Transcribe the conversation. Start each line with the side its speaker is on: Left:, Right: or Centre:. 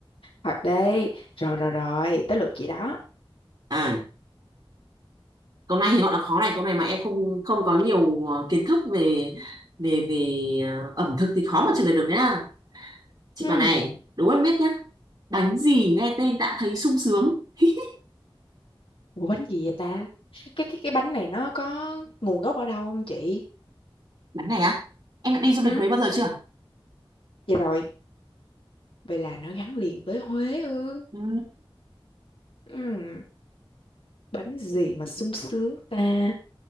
Left: thật đây rồi rồi rồi tới lượt chị đó
Right: à câu này thì họ đã khó này câu này mà em không không có nhiều ờ, kiến thức về về về ờ, ẩm thực thì khó mà trả lời được nhá chị
Left: Ừm,
Right: bà này đố em biết nhá bánh gì nghe tên đã thấy sung sướng <laughs>
Left: ủa bánh gì vậy ta cái cái cái bánh này nó có nguồn gốc ở đâu không chị
Right: bánh này á em đã đi du
Left: ừ
Right: lịch Huế bao giờ chưa
Left: vậy rồi vậy là nó gắn liền với Huế ư
Right: ừ,
Left: Ừm, bánh gì mà sung sướng ta